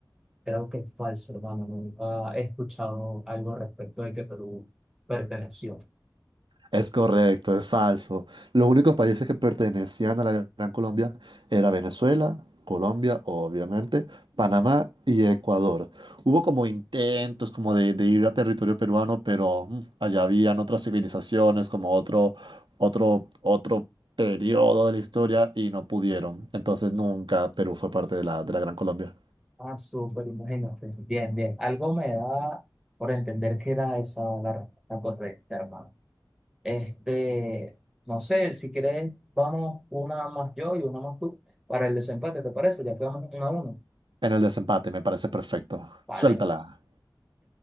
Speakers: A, in the centre; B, on the right (about 75°).
A: Creo que es falso, hermano. Nunca he escuchado algo respecto de que Perú perteneció.
B: Es correcto, es falso. Los únicos países que pertenecían a la Gran Colombia era Venezuela, Colombia, obviamente, Panamá y Ecuador. Hubo como intentos como de, de ir a territorio peruano, pero mm, allá habían otras civilizaciones, como otro, otro, otro periodo de la historia y no pudieron. Entonces nunca Perú fue parte de la, de la Gran Colombia.
A: Ah, súper, imagínate. Bien, bien. Algo me da por entender que era esa la respuesta correcta, hermano. Este, no sé, si quieres, vamos una más yo y una más tú para el desempate, ¿te parece? Ya quedamos uno a uno.
B: En el desempate me parece perfecto.
A: Vale.
B: Suéltala.